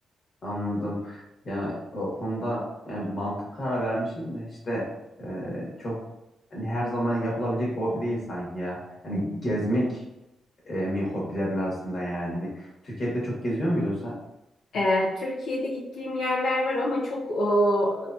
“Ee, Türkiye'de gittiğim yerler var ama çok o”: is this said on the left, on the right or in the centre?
Left